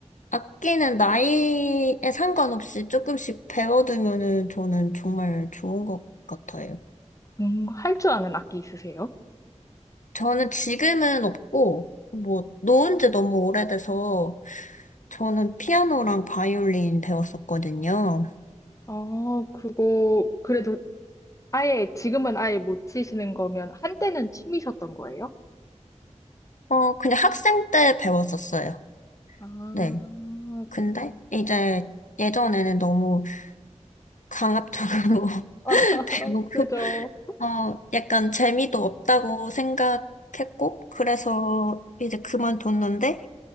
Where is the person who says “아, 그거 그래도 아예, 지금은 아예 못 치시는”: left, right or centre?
Left